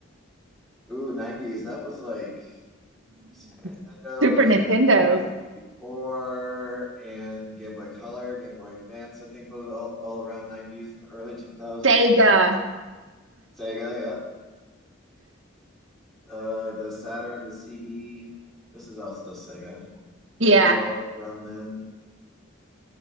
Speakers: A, in the centre; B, on the right.
A: Ooh, 90s. That was like Super Nintendo
B: <laughs> Super Nintendo,
A: and N64 and Game Boy Color, Game Boy Advance, I think was all, all around 90s and early 2000s.
B: Sega.
A: Sega, yep. Uh, the Saturn, the CD. This is all still Sega. Those
B: Yeah.
A: were all around then.